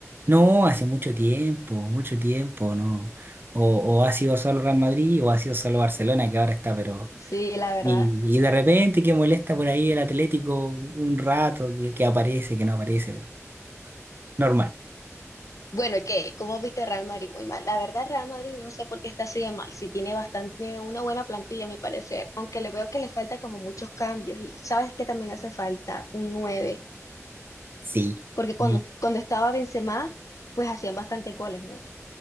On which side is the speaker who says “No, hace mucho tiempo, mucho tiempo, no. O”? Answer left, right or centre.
Right